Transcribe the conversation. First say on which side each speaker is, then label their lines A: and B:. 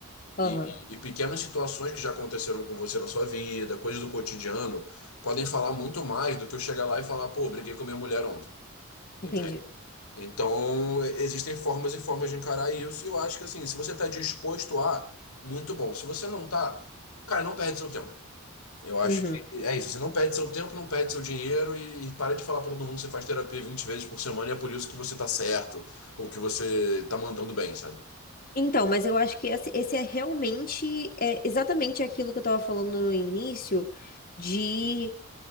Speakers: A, on the left; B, on the left.
A: Aham.
B: E, e pequenas situações que já aconteceram com você na sua vida, coisas do cotidiano, podem falar muito mais do que eu chegar lá e falar, pô, briguei com a minha mulher ontem. Entende?
A: Entendi.
B: Então, e- existem formas e formas de encarar isso, e eu acho que assim, se você está disposto a, muito bom. Se você não tá, cara, não perde seu tempo. Eu acho
A: Uhum.
B: que é isso. Você não perde seu tempo, não perde seu dinheiro e, e para de falar para todo mundo que você faz terapia 20 vezes por semana e é por isso que você tá certo ou que você tá mandando bem, sabe?
A: Então, mas eu acho que esse, esse é realmente, é exatamente aquilo que eu estava falando no início, de